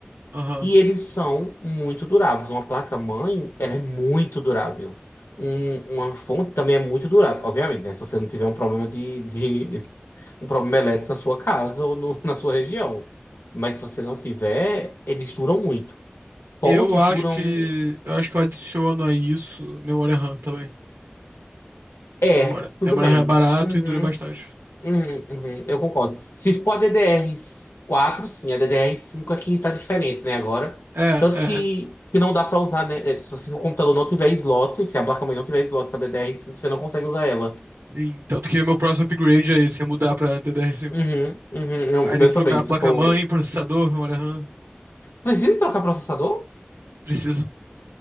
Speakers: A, on the right; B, on the left.
A: Aham.
B: E eles são muito duráveis. Uma placa-mãe, ela é muito durável. Um- uma fonte também é muito durável, obviamente, né? Se você não tiver um problema de, de, um problema elétrico na sua casa ou no- na sua região. Mas se você não tiver, eles duram muito. Fontes
A: Eu acho
B: duram.
A: que, eu acho que eu adiciono a isso memória RAM também.
B: É,
A: Memória,
B: tudo
A: memória
B: bem.
A: RAM é barato
B: Uhum,
A: e dura bastante.
B: uhum, uhum, eu concordo. Se for a ddr quatro, sim, a ddr cinco aqui tá diferente, né, agora.
A: É,
B: Tanto
A: é,
B: que, que não dá pra usar, né? É, Se você- se o computador não tiver slot, se a placa-mãe não tiver slot pra ddr cinco, você não consegue usar ela.
A: Sim, tanto que meu próximo upgrade é esse, é mudar pra DDR5.
B: Uhum, uhum, eu-
A: Aí
B: o meu
A: tem que trocar
B: também,
A: a
B: se
A: placa-mãe,
B: eu for.
A: processador, memória RAM.
B: Precisa trocar processador?
A: Precisa.